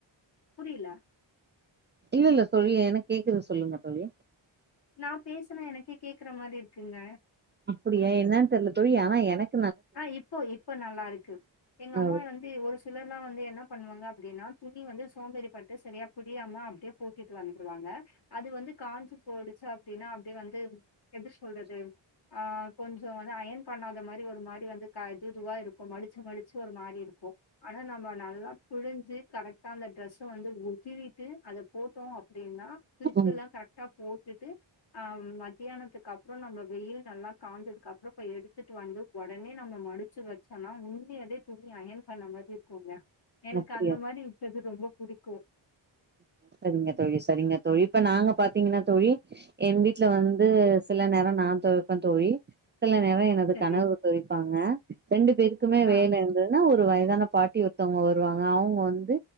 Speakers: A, on the left; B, on the right.
A: புரியல
B: இல்லல்ல தோழி என்னக்கு கேக்குது சொல்லுங்க தோழி
A: நா பேசனா எனக்கே கேக்குற மாரி இருக் குங்க
B: அப்டியா என்னான் தெரில தோழி ஆனா எனக்
A: ஆ இப்போ இப்ப நல்லாருக்கு எங்க
B: ஆ
A: அம்மா வந்து ஒரு சிலர்லா வந்து என்ன பண்ணுவாங்க அப்டின்னா துணி வந்து சோம்பறி பட்டு சரியா புழியாம அப்டியே போட்டிட்டு வந்துருவாங்க அது வந்து காஞ்சு போய்டுச்சு அப்டின்னா அப்டியே வந்து எப்ப சொல்றது ஆ கொஞ்சோ அயன் பண்ணாத மாரி ஒரு மா இப்டி வந்து இது இதுவா இருக்கும் மடிச்சு மடிச்சு ஒரு மாரி இருக்கும் ஆனா நம்ம நல்லா புழிஞ்சு கரெக்டா அந்த ட்ரெஸ்ச வந்து ஒதரிட்டு அத போட்டோம் அப்டின்னா விருச்சு
B: ம்
A: எல்லா கரெக்டா போ டுட்டு ஆம் மதியானத்துக்கு அப்றோ நம்ம வெயில் நல்லா காயஞ்சது அப்றோ இப்ப எடுத்துட்டு வந்து ஒடச் உடனே நம்ம மடிச்சு வச்சோனா உண்மையவே துணி அயன் பண்ண மாரி இருக்குங்க எனக்கு
B: அப்பனடியா
A: அந்த மாரி இருக்கது ரொம்ப புடிக்கு
B: சரிங்க தோழி சரிங்க தோழி இப்ப நாங்க பாத்தீங்கன்னா தோழி என் வீட்ல வந்து சில நேரம் நா துவைப்பேன் தோழி சில நேரொ எனது
A: சரி
B: கணவர் தொவைப்பாங்க ரெண்டு பேருக்குமே வேல
A: ஆ
B: இருந்ததுனா ஒரு வய சான‌ பாட்டி ஒருத்தங்க வ ருவாங்க அவுங்க வந்து